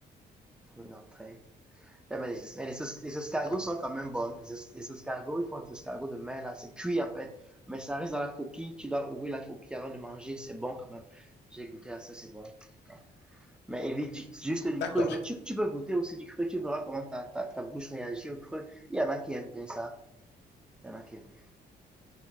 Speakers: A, in the centre; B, on the left.
A: Comme Une entrée. Ouais, mais les, les les escargots
B: je vois.
A: sont quand même bonnes. Les, les escargots, ils font des escargots de mer, là. C'est cuit, en fait. Mais ça reste dans la coquille. Tu dois ouvrir la coquille avant de manger. C'est bon, quand même. J'ai goûté à ça, c'est bon. Ouais. Mais évite ju- juste du
B: D'accord.
A: cru. Mais tu, tu peux goûter aussi du cru. Tu verras comment ta, ta, ta bouche réagit au cru. Il y en a qui aiment bien ça. Il y en a qui aiment bien.